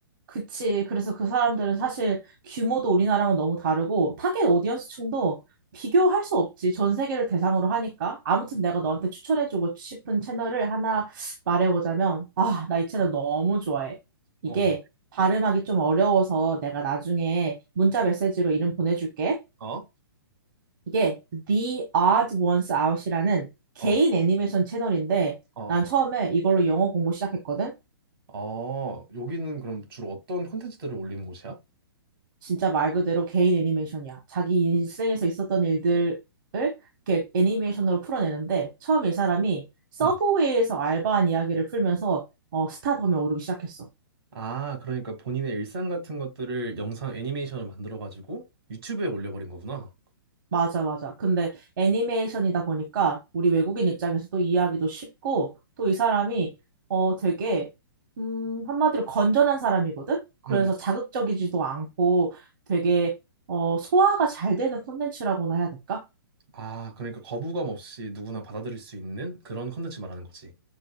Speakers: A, on the right; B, on the right.
A: 그치. 그래서 그 사람들은 사실 규모도 우리나라랑은 너무 다르고 타겟 오디언스층도 비교할 수 없지. 전 세계를 대상으로 하니까. 아무튼 내가 너한테 추천해주고 싶은 채널을 하나
B: 어,
A: 말해보자면, 아, 나 이 채널 너무 좋아해. 이게
B: 어, 네.
A: 발음하기 좀 어려워서 내가 나중에 문자 메시지로 이름 보내줄게.
B: 어,
A: 이게 The Odd Ones Out이라는 개인
B: 어,
A: 애니메이션 채널인데,
B: 어,
A: 난 처음에 이걸로 영어 공부 시작했거든.
B: 어, 여기는 그럼 주로 어떤 콘텐츠들을 올리는 곳이야?
A: 진짜 말 그대로 개인 애니메이션이야. 자기 인생에서 있었던 일들을 이렇게 애니메이션으로 풀어내는데 처음 이 사람이 서브웨이에서
B: 응.
A: 알바한 이야기를 풀면서 어, 스타덤에 오르기 시작했어.
B: 아, 그러니까 본인의 일상 같은 것들을 영상 애니메이션을 만들어가지고 유튜브에 올려버린 거구나.
A: 맞아, 맞아. 근데 애니메이션이다 보니까 우리 외국인 입장에서도 이해하기도 쉽고 또 이 사람이 어, 되게 음, 한마디로 건전한 사람이거든? 그래서
B: 응,
A: 자극적이지도 않고 되게 어, 소화가 잘 되는 콘텐츠라고나 해야 될까?
B: 아, 그러니까 거부감 없이 누구나 받아들일 수 있는 그런 컨텐츠 말하는 거지.